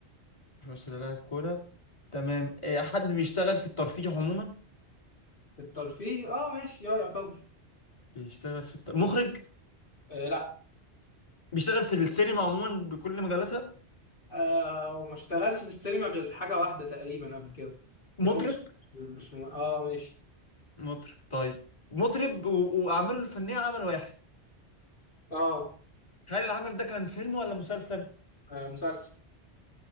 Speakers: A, on the left; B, on the left.
A: مش ممثل ولا لاعب كورة تمام آه حد بيشتغل في الترفيه عموما
B: الترفيه اه ماشي اه يعتبر
A: بيشتغل في الت... مخرج
B: آه لا
A: بيشتغل في السينما عموما بكل مجالاتها
B: آه وما اشتغلش في السينما غير حاجة واحدة تقريبا قبل كده كان
A: مطرب
B: هو مش مش م... اه ماشي
A: مطرب طيب مطرب و... وأعماله الفنية عمل واحد
B: اه
A: هل العمل ده كان فيلم ولا مسلسل؟
B: آه، مسلسل